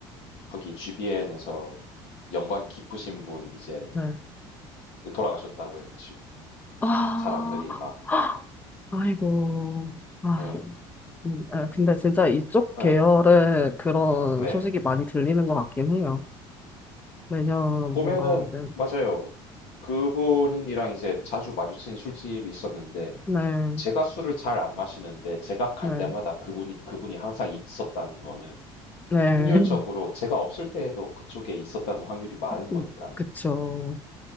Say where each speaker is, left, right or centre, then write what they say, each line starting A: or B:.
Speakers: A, on the left; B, on the left.
A: 거기 GBN에서 연관 깊으신 분 이제
B: 네.
A: 돌아가셨다고 해가지고
B: 아.
A: 사람들이 막 예,
B: 아이고. 아,
A: 예,
B: 음, 아, 근데 진짜 이쪽 계열에
A: 예,
B: 그런
A: 네.
B: 소식이 많이 들리는 것 같긴 해요. 매년
A: 봄에는
B: 뭔가, 네,
A: 맞아요. 그분이랑 이제 자주 마주친 술집이 있었는데
B: 네,
A: 제가 술을 잘 안 마시는데 제가 갈
B: 네,
A: 때마다 그분이 그분이 항상 있었다는 거는
B: 네.
A: 확률적으로
B: <laughs>
A: 제가 없을 때에도 그쪽에 있었다는 확률이 많은 거니까는.
B: 음, 그쵸.